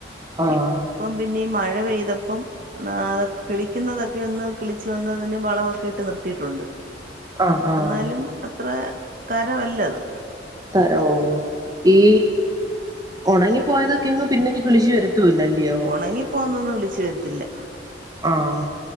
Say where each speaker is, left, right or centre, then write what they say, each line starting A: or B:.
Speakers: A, on the right (about 20°); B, on the right (about 50°).
A: ആഹ്
B: ഇപ്പം പിന്ന ഈ മഴ പെയ്തപ്പം എന്ന അതൊക്കെ കിളിക്കുന്നതൊക്കെ ഒന്ന് കിളിച്ച് വന്നതിന് വളമൊക്കെ ഇട്ട് നിർത്തിയിട്ടുണ്ട്.
A: ആഹ് ആഹ്
B: ന്നാലും അത്ര തരമല്ലത്.
A: തര ഓഹ ഈ ഉണങ്ങിപ്പോയതൊക്കെങ്ങ് പിന്നെ കിളിച്ചു വരു ത്തുല്ല ല്യോ
B: ഉണങ്ങിപ്പോന്നൊന്നും കിളിച്ചു വരത്തില്ല.
A: ആഹ